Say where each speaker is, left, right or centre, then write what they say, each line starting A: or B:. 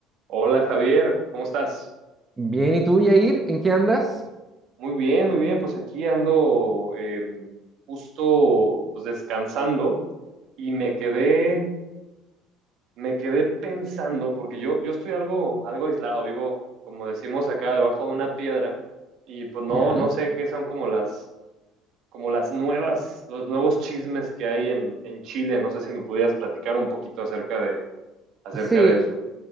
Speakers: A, on the right (about 60°); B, on the right (about 20°).
A: Hola Javier, ¿cómo estás?
B: Bien, ¿y tú, Yair? ¿En qué andas?
A: Muy bien, muy bien, pues aquí ando eh, justo pues descansando y me quedé, me quedé pensando, porque yo, yo estoy algo, algo aislado, vivo, como decimos acá, debajo de una piedra, y pues no,
B: Ya,
A: no sé qué son como las, como las nuevas, los nuevos chismes que hay en, en Chile. No sé si me pudieras platicar un poquito acerca de, acerca
B: Sí,
A: de eso.